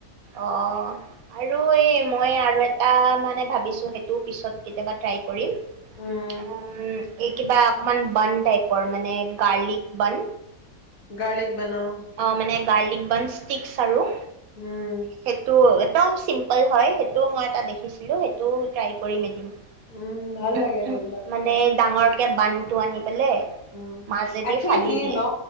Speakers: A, on the right; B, on the left.
A: অ' আৰু এই মই আৰু এটা মানে ভাবিছোঁ সেইটো পিছত কেতিয়াবা ট্ৰাই কৰিম
B: উম।
A: উ এই কিবা অকনমান বান টাইপৰ মানে গাৰ্লিক বান
B: গাৰ্লিক বান অ'
A: অ' মানে গাৰ্লিক বন ষ্টিকছ আৰু
B: উম
A: সেইটো একদম চিম্পল হয় সেইটোও মই এটা দেখিছিলোঁ সেইটোও ট্ৰাই কৰিম এদিন
B: উম ভাল লাগে সেইবিলাক
A: মানে
B: খাই
A: ডাঙৰকে বানটো আনি পেলাই
B: উম
A: মাজেদি
B: একচুৱেলি
A: ফালি
B: কি
A: দিয়ে
B: ন